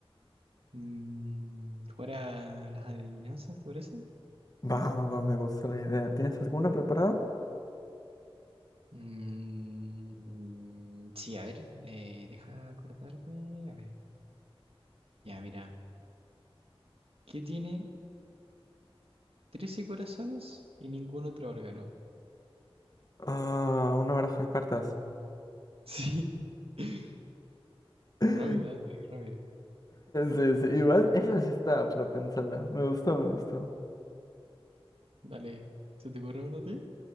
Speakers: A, on the right; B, on the left.
A: Mm, jugar a las adivinanzas, ¿te parece?
B: Va, va, va, me gusta la idea. ¿Tienes alguna preparada?
A: Mm, sí, a ver, eh, deja acordarme. A ver, ya, mira. ¿Qué tiene 13 corazones y ningún otro órgano? <laughs>
B: Ah, una baraja de cartas.
A: Sí. <laughs>
B: <laughs>
A: Rápida, sí, rápida.
B: Sí, sí, igual esa sí está para pensarla. Me gustó, me gustó.
A: Dale, ¿se te ocurre uno a ti?